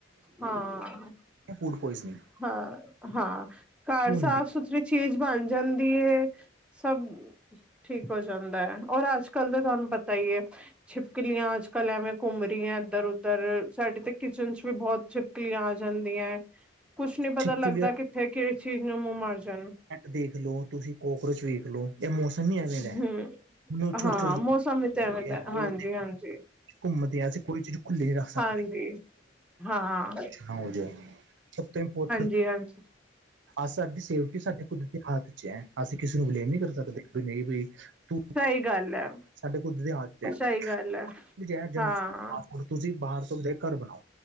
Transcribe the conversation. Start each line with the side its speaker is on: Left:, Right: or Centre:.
Centre: ਹਾਂ-ਹਾਂ-ਹਾਂ।
Right: ਫੂਡ ਪੋਇਜ਼ਨਿੰਗ
Centre: ਘਰ
Right: ਕੀ ਹੁੰਦੀ?
Centre: ਸਾਫ਼ ਸੁਥਰੀ ਚੀਜ਼ ਬਣ ਜਾਂਦੀ ਏ। ਸਭ ਠੀਕ ਹੋ ਜਾਂਦਾ ਐ, ਔਰ ਅੱਜ ਕੱਲ ਤਾਂ ਤੁਹਾਨੂੰ ਪਤਾ ਹੀ ਐ। ਛਿਪਕਲੀਆਂ ਅੱਜ ਕੱਲ ਐਵੇਂ ਘੁੰਮ ਰਹੀਆਂ ਇੱਧਰ ਉਧਰ, ਸਾਡੇ ਤੇ ਕਿਚਨ 'ਚ ਵੀ ਬਹੁਤ ਝਿਪਕਲੀਆਂ ਆ ਜਾਂਦੀਆਂ। ਕੁਛ ਨੀ ਪਤਾ
Right: ਚਿਪਕਲੀਆਂ
Centre: ਲੱਗਦਾ, ਕਿੱਥੇ, ਕਿਸ ਚੀਜ਼ ਨੂੰ, ਮੂੰਹ ਮਰ ਜਾਣ।
Right: ਦੇਖਲੋ, ਤੁਸੀਂ ਕੋਕਰੋਚ ਵੇਖ ਲਓ, ਇਹ ਮੌਸਮ ਹੀ ਏਦਾ ਦਾ ਹੈ।
Centre: ਹੂੰ
Right: ਹੁਣ ਛੋਟੇ-ਛੋਟੇ
Centre: ਹਾਂ, ਮੌਸਮ ਵੀ ਤੇ ਐਵੇਂ ਤੇ, ਹਾਂਜੀ-ਹਾਂਜੀ।
Right: ਉਹ ਘੁੰਮਦੇ ਐ, ਅੱਜ ਕੋਈ ਚੀਜ਼ ਖੁਲੀ ਨੀ ਰੱਖ
Centre: ਹਾਂਜੀ
Right: ਸਕਦੇ।
Centre: ਹਾਂ।
Right: ਆਉਂਦਿਆਂ, ਸਭ ਤੋਂ ਇਪੋਰ
Centre: ਜੀ ਹਾਂਜੀ।
Right: ਅ ਸਾਡੀ ਸੇਫਟੀ, ਸਾਡੇ ਖੁਦ ਦੀ ਹੱਥ ਚ ਏ। ਅਸੀਂ ਕਿਸੇ ਨੂੰ ਬਲੇਮ ਨੀ ਕਰਦੇ। ਸਕਦੇ ਨਹੀਂ ਵੀ ਤੂੰ
Centre: ਸਹੀ ਗੱਲ ਹੈ
Right: ਸਾਡੇ ਕੁੱਦ ਦੀ ਹ
Centre: ਸਹੀ ਗੱਲ ਹੈ
Right: ਜੰ
Centre: ਹਾਂ
Right: ਹੁਣ ਤੁਸੀਂ, ਬਾਹਰ ਤੋਂ ਵ ਘਰ ਬਣਾਓ।